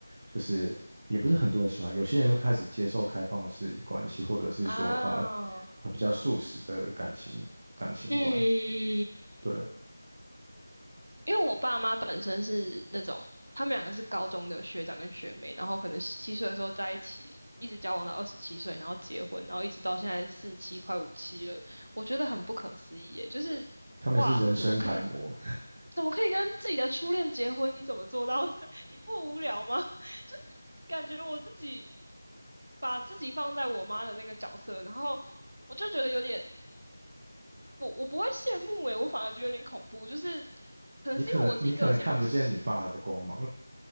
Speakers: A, on the right; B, on the right.
A: 就是也不是很多人喜欢，有些人就开始接受开放式关系，或者是说呃
B: 啊，
A: 呃比较素食的感情感情观，
B: 嗯，
A: 对，
B: 因为我爸妈本身是那种，他们两个是高中的学长跟学妹，然后可能十七岁的时候在一起，一直交往到二十七岁，然后结婚，然后一直到现在四七快五七了，我觉得很不可思议耶，就是哇，
A: 他们是人生楷模。
B: 怎么可以，怎么可以跟自己的初恋结婚？你怎么做到的？<laughs> 你不无聊吗？<laughs> 就是感觉我自己把自己放在我妈的那个角色，然后我就觉得有点我我不会羡慕诶、我反而觉得有点恐怖，就是
A: <laughs>
B: 可能是因为我自己个性使
A: 你可能你可能看不见你爸的光芒，